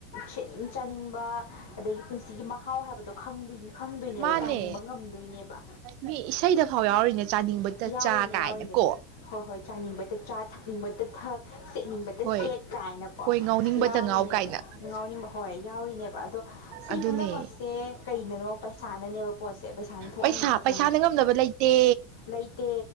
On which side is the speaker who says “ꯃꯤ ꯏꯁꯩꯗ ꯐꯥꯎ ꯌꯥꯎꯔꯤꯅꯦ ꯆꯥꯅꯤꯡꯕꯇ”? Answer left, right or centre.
Right